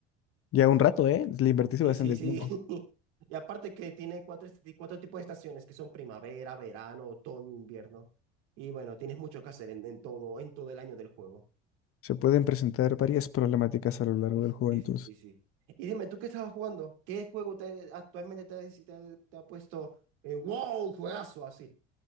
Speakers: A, on the left; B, on the right.
A: ya un rato, ¿eh? Le invertiste
B: sí,
A: bastante
B: sí, sí.
A: tiempo.
B: <laughs> Y aparte que tiene cuatro, esti- cuatro tipos de estaciones que son primavera, verano, otoño, invierno. Y bueno, tienes mucho que hacer en, en todo, en todo el año del juego.
A: Se pueden presentar varias problemáticas a lo largo
B: Sí, sí,
A: del juego,
B: sí,
A: entonces.
B: sí, sí, sí. Y dime, ¿tú qué estabas jugando? ¿Qué juego te, actualmente te, te, te ha puesto en wow, juegazo así?